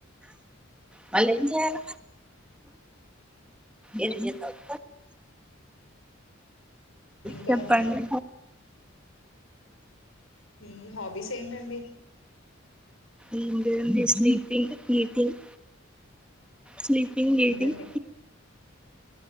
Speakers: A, in the centre; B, on the left.
A: వాళ్ళు ఏంచెయ్యాల ఎన్ని చేతవ్
B: ఇంకా
A: చెప్పండి
B: మీ మీ హాబీస్ ఏంటండి
A: ఏం లేదండి స్లీపింగ్ ఈటింగ్ స్లీపింగ్
B: ఏంటండి?
A: ఈటింగ్